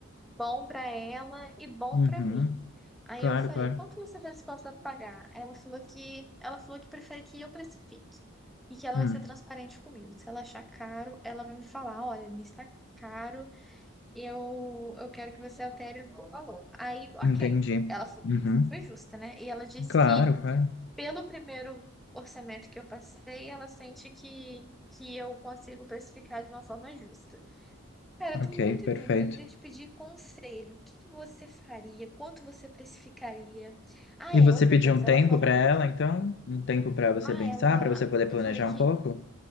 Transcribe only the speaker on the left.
Uhum,
claro,
claro.
Hum,
entendi.
Uhum,
claro,
claro.
Ok,
perfeito.
E
você
pediu
um tempo
para ela, então? Um tempo para você
pensar,
para você poder
planejar
um pouco?